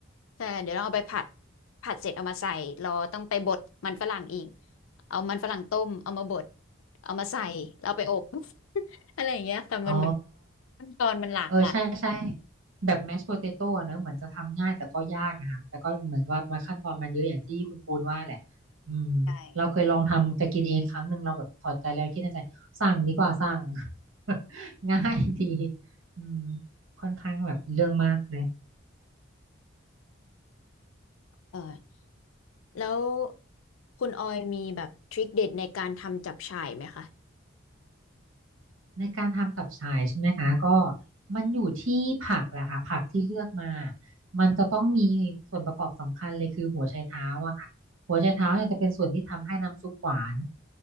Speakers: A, on the left; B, on the right.
A: ใช่เดี๋ยวต้องเอาไปผัดผัดเสร็จเอามาใส่รอต้องไปบดมันฝรั่งอีกเอามันฝรั่งต้มเอามาบดเอามาใส่แล้วเอาไปอบ <laughs> อะไรอย่างเงี้ยค่ะมันแบบ
B: อ๋อ
A: ขั้นตอนมันหลากหลาย
B: เออใช่ใช่แบบแมชโพเตโต้เนอะเหมือนจะทำง่ายแต่ก็ยากนะคะแต่ก็เหมือนกับว่าขั้นตอนมันเยอะอย่างที่คุณปูนว่าแหละอืมเราเคยลองทำจะกินเองครั้งหนึ่งเราแบบถอดใจแล้วคิดในใจสั่งดีกว่าสั่ง
A: ใช่
B: <laughs> ง่ายดีอืมค่อนข้างแบบเรื่องมากเลย
A: เออ แล้วคุณออยมีแบบทริคเด็ดในการทำจับฉ่ายไหมคะ
B: ในการทำตับฉายใช่ไหมคะก็มันอยู่ที่ผักแหละค่ะผักที่เลือกมามันจะต้องมีส่วนประกอบสำคัญเลยคือหัวไชเท้าอะค่ะหัวไชเท้าเนี่ยจะเป็นส่วนที่ทำให้น้ำซุปหวาน